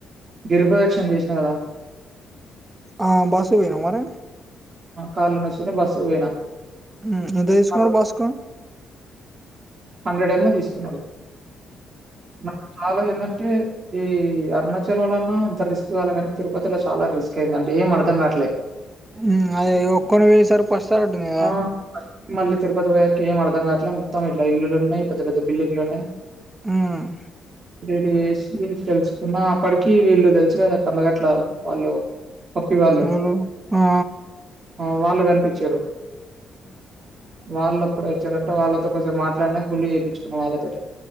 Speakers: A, on the right (about 45°); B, on the right (about 15°).
A: గిరిప్రదక్షణం చేసినా కదా
B: ఆహ్ బాసర పోయినవా మరి.
A: ఆహ్ కాలు నొస్తున్నాయి బస్సుకు పోయినా.
B: ఉమ్మ్ ఎంత తీసుకున్నాడు
A: నాకు
B: బస్సుకు.
A: హండ్రెడ్ ఎమో తీసుకున్నాడు నాకు చాలా ఏందంటే ఈ అరుణాచలం అంత రిస్క్ కాల కాని తిరుపతిలో చాలా రిస్క్ అయిందండి. ఏం అర్థం కాట్లే
B: ఉమ్ అదే ఒక్కొని వేసారు పస్సార ఉంటుంది కదా
A: ఆ మళ్ళీ తిరుపతి పోయ్యరికి ఏం అర్ధం కాట్లే. మొత్తం ఇట్ల ఇల్లున్నాయి. పెద్ద పెద్ద బిల్డింగ్లు ఉన్నాయి.
B: ఉమ్
A: డి వేసి తెలుసుకున్న అప్పటికి వీళ్ళు తెలుసు కదా కొంద గట్ల వాళ్ళు పప్పి వాళ్ళు
B: ఓలు హా
A: ఆ వాళ్ళు కనిపించిరు వాళ్ళప్పు వాళ్ళతో కొంచెం మాట్లాడిన గుండు చేపించుకున్నా వాళ్ళతో